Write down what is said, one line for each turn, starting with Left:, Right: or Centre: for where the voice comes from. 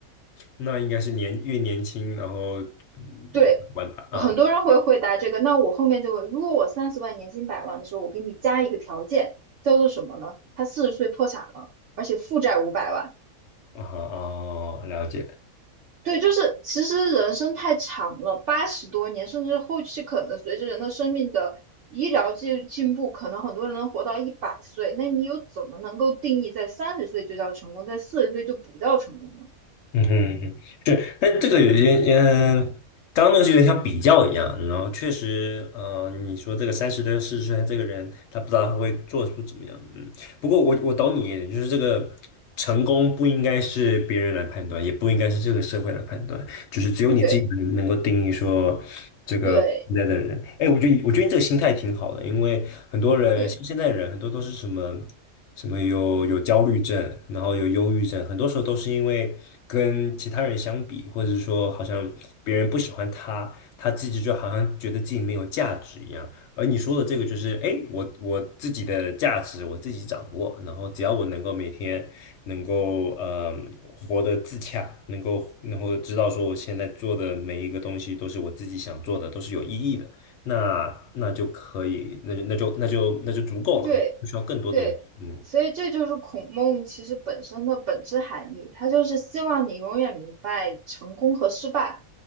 Left: 那应该是年越年轻，然后嗯越玩吧。
Right: 对，很多人会回答这个。
Left: 嗯，
Right: 那我后面就问，如果我三十万年薪百万的时候，我给你加一个条件，叫做什么呢？他四十岁破产了，而且负债五百万。
Left: 哦，哦，了解。
Right: 对，就是其实人生太长了，八十多年，甚至后期可能随着人的生命的医疗进进步，可能很多人能活到一百岁。那你又怎么能够定义在三十岁就叫成功，在四十岁就不叫成功呢？
Left: 嗯哼嗯哼，对，但这个有些嗯，刚刚那个是有点像比较一样，然后确实，呃，你说这个三十多四十岁的这个人，他不知道他会做出怎么样，嗯，不过我我懂你，就是这个成功不应该是别人来判断，也不应该是这个社会来判断，就是只有你自己能能够定义说这个现在的人。
Right: 对对
Left: 哎，我觉得你我觉得你这个心态挺好的，因为很多人像现在的人，
Right: 对，
Left: 很多都是什么什么有有焦虑症，然后有忧郁症，很多时候都是因为跟其他人相比，或者是说好像别人不喜欢他，他自己就好像觉得自己没有价值一样。而你说的这个就是，哎，我我自己的价值我自己掌握，然后只要我能够每天能够呃活得自洽，能够能够知道说我现在做的每一个东西都是我自己想做的，都是有意义的，那那就可以，那就那就那就那就足够了，
Right: 对
Left: 你不需要更多东西。
Right: 对，
Left: 嗯
Right: 所以这就是孔孟其实本身的本质含义，他就是希望你永远明白成功和失败